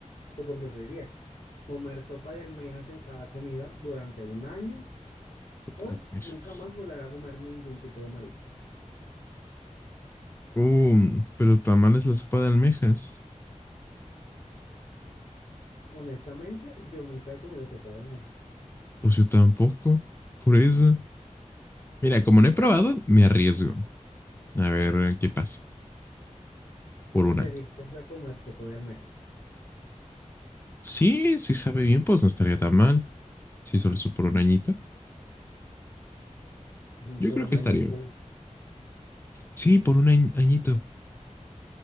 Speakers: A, on the left; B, on the left.
A: ¿Tú qué preferirías? ¿Comer sopa de almejas en cada comida durante un año o
B: Almejas.
A: nunca más volver a comer ningún tipo de marisco?
B: Um, pero tamales la sopa de almejas.
A: Honestamente, yo nunca he comido sopa de almejas.
B: Pues yo tampoco. Por eso. Mira, como no he probado, me arriesgo. A ver qué pasa por
A: Pero
B: un
A: te
B: año.
A: adiestras a comer sopa de almejas
B: Sí, sí sabe bien, pues no estaría tan mal. Si solo es por un añito,
A: <laughs>
B: yo
A: por
B: creo
A: un
B: que
A: añito.
B: estaría bien. Sí, por un añ- añito.